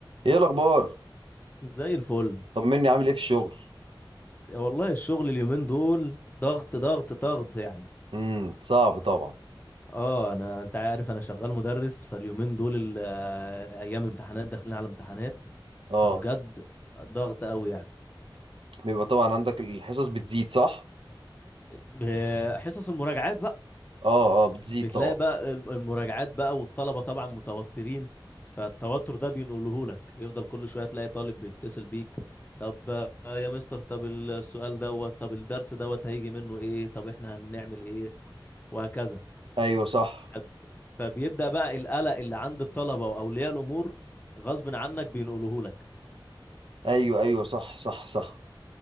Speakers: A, on the right; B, on the left.
A: ايه الاخبار
B: زي الفل
A: طمني عامل ايه في الشغل
B: والله الشغل اليومين دول ضغط ضغط ضغط يعني
A: امم صعب طبعا
B: اه انا انت عارف انا شغال مدرس فاليومين دول ال- آه، ايام امتحانات داخلين على امتحانات
A: اه
B: فبجد ضغط قوي يعني
A: بيبقى طبعا عندك الحصص بتزيد صح
B: ب- حصص المراجعات بقى
A: اه اه بتزيد
B: بتلاقي
A: طبعا
B: بقى الم- المراجعات بقى والطلبة طبعا متوترين فالتوتر ده بينقله لك يفضل كل شوية تلاقي طالب بيتصل بيك طب آه، يا مستر طب السؤال دوت طب الدرس دوت هيجي منه ايه طب احنا هنعمل ايه وهكذا
A: ايوه صح
B: فب- فبيبدأ بقى القلق اللي عند الطلبة وأولياء الأمور غصب عنك بينقله لك
A: ايوه ايوه صح صح صح